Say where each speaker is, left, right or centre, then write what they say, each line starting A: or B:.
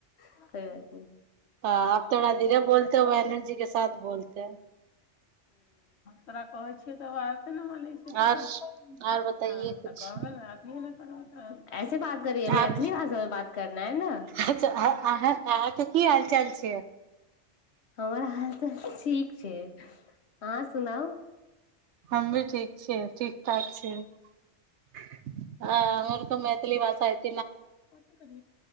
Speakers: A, on the left (about 65°); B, on the right (about 75°).
A: कोई बात नहीं
B: ह आब थोड़ा धीरे बोलते बहनु जी के साथ बोलते है
A: तोरा कहै छियै तकर बाद ने मन छै त
B: और
A: ह
B: और बताइए कुछ
A: तऽ कहबै ने अथ ने करबै तऽ ऐसे बात करियै
B: आप
A: मैथिली भाषा में बात करना है ने
B: अच्छा अहाँ अहाँ अहाँक की हाल चाल छै
A: हमर हाल तऽ ठीक छै अहाँ सुनाउ
B: हम भी ठीक छियै ठीक ठाक छै आ कहु मैथिली भाषात
A: क कर